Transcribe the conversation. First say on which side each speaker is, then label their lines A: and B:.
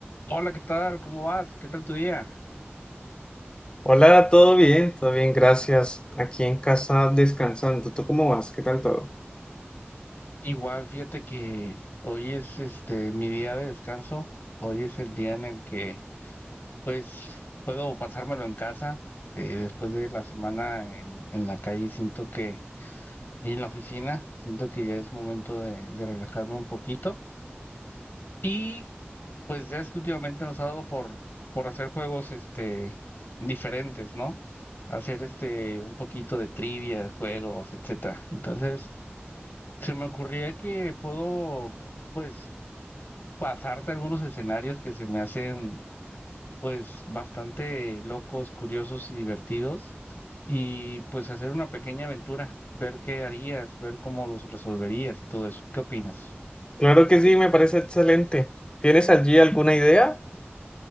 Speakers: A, on the left; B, on the left.
A: Hola, ¿qué tal? ¿Cómo vas? ¿Qué tal tu día?
B: Hola, ¿todo bien? Todo bien, gracias. Aquí en casa descansando. ¿Tú cómo vas? ¿Qué tal todo?
A: Igual, fíjate que hoy es este mi día de descanso. Hoy es el día en el que pues puedo pasármelo en casa. eh, después de la semana en, en la calle siento que, y en la oficina, siento que ya es momento de, de relajarme un poquito. Y pues ya es que últimamente nos ha dado por, por hacer juegos este diferentes, ¿no? Hacer este un poquito de trivia, juegos, etcétera. Entonces. Se me ocurría que puedo, pues, pasarte algunos escenarios que se me hacen, pues, bastante locos, curiosos y divertidos, y pues hacer una pequeña aventura, ver qué harías, ver cómo los resolverías y todo eso. ¿Qué opinas?
B: Claro que sí, me parece excelente. ¿Tienes allí alguna idea?